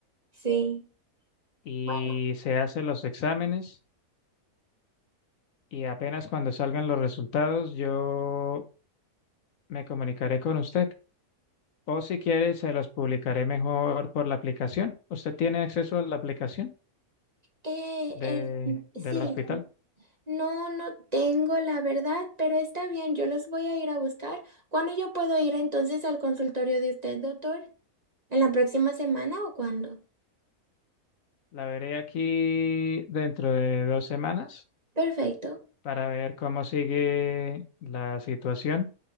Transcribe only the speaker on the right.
sí.
Bueno.
Eh,
el,
sí,
no, no tengo la verdad, pero está bien, yo los voy a ir a buscar. ¿Cuándo yo puedo ir entonces al consultorio de usted, doctor? ¿En la próxima semana o cuándo?
Perfecto.